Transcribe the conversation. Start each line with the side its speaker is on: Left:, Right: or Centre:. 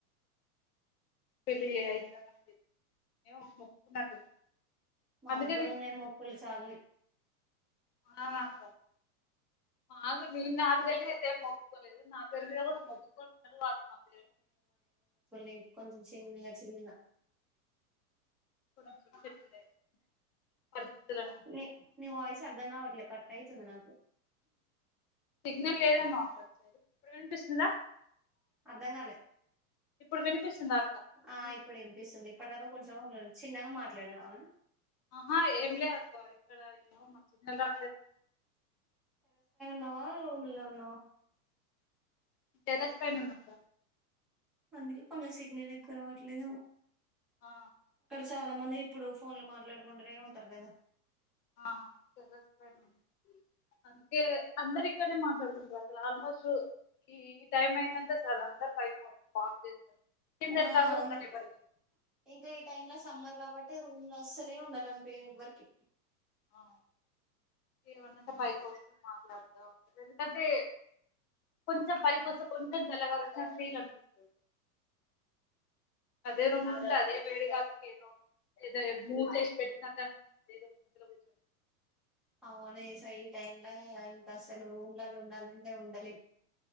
Left: పెళ్ళి అయిందాకైన జేస్ ఏ మొక్కున్నట్టు
Centre: మాకు
Left: అందుకే
Centre: కూడా
Left: తీర్చిన
Centre: ఉన్నాయి మొక్కులు చాలని
Left: ఆ అక్క ఆ నేను నాకు తెలిసి అయితే మొక్సుకోలేదు నా పేరు మీద కూడా మొసుకొని ఉన్నారు వాటి మా పేరు
Centre: ల్ికొంచం చెగా చెల్
Left: <inaudible>
Centre: నీ నీ వాయిస్ అర్ధం కావట్లే కట్ అయితుంది నాకు
Left: సిగ్నల్ లేదమ్మా ఇప్పుడు ఏ అనిపిస్తుందా
Centre: అర్ధంగాలే
Left: ఇప్పుడు వినిపిస్తుందా అక్క సిగ్నల్
Centre: ఆ ఇప్పుడు వినిపిస్తుంది ఇప్పటి దాకా కొంచెం చిన్నగా మాట్లాడినాం
Left: ఆహా ఏం లే అక్క ఇక్కడ మ చిలద
Centre: నా రూమ్ లో ఉ ను
Left: టెర్రస్ పైన ఉన్నా అక
Centre: అందుకే కొంచెం సిగ్నల్ ఎక్కువ రావట్లేదు
Left: ఆ
Centre: చాలా మంది ఇప్పుడు ఫోన్లు మాట్లాడుకుంటూనే ఉంటారు కదా
Left: ఆ <inaudible> అ అందరు ఇక్కడనే మాట్లాడుకుంటారు అసలు ఆల్మోస్ట్ ఈ ఈ టైమ్ అయిందంటే సార్ అందరు పైకిపోస్తారు బాన్ చేస్తారు కింద
Centre: ఆ
Left: ఎట్లాగో
Centre: అందులో
Left: ఉండనివ్వరుగా
Centre: ఇంకా ఈ టైమ్ లో సమ్మర్ కాబట్టి రూమ్లు అస్సలే ఉండాలని పరు ఎవ్వరికి
Left: ఆ ఏమన్నంత పై కోసం మాట్లాడుతా ఉంటారు ఎందుకంటే కొంచెం పై కోసం కొంచెం చల్ల గాలి వసిన ఫీల్ అనిపిస్తుంది అదే రూమ్ లో ఉంటే అదే వేడి గాలి ఏదో భూ తెసి పెట్టిన తదో కూర్చ
Centre: అవును సై టైంలా ఇంకా అసలు ఊళ్ళలో ఉండాలంటే ఉండలే